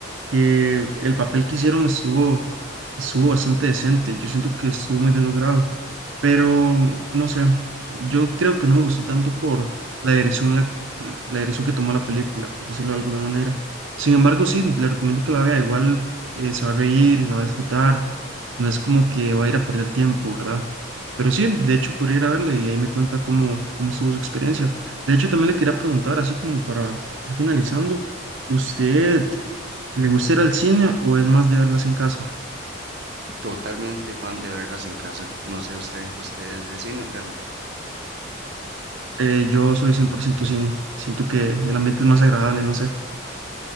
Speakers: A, on the right; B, on the right.
A: que el papel que hicieron estuvo, estuvo bastante decente. Yo siento que estuvo muy bien logrado. Pero no sé, yo creo que no me gustó tanto por la dirección, la, la dirección que tomó la película, por decirlo de alguna manera. Sin embargo, sí, le recomiendo que la vea, igual eh, se va a reír y la va a disfrutar, no es como que va a ir a perder tiempo, ¿verdad? Pero sí, de hecho, podría ir a verla y ahí me cuenta cómo, cómo estuvo su experiencia. De hecho, también le quería preguntar, así como para ir finalizando, ¿usted le gusta ir al cine o es más de verlas en casa?
B: Totalmente fan de verlas en casa. No sé usted, ¿usted es de cine o casa?
A: Eh, yo soy 100% cine, siento que el ambiente es más agradable, no sé.